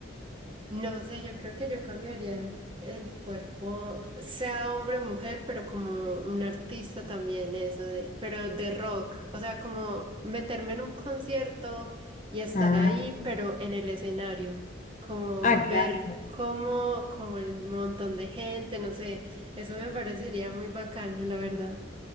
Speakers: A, on the right; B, on the left.
A: No sé, yo creo que yo cambiaría el, el cuerpo, sea hombre o mujer, pero como un artista también, eso de, pero de rock, o sea, como meterme en un concierto y estar
B: Ah,
A: ahí, pero en el escenario, como
B: ah, claro,
A: ver cómo, como el montón de gente, no sé, eso me parecería muy bacano, la verdad.